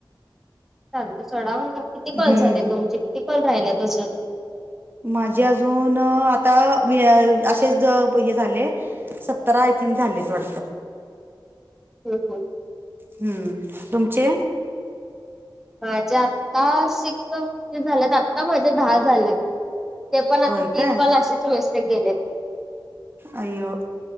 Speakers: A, in the centre; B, on the right (about 25°).
A: चालतंय सोंडा किती
B: हम्म
A: कॉल झाले तुमचे किती कॉल राहिलेत अजूंन
B: मांझे अजूंन नं आंता वे असेच हे झाले सत्तरा आंय थिंक झालेत वाटतं
A: हम्मं हम्मं
B: हम्मं तुमचे
A: माझ्यां आंताशिक किती झालेत आंत्ता माझ्या दहा झाले ते पणं
B: होय
A: आंता तीनं
B: काय
A: कॉल असेच व्यस्तं गेलेत
B: अनं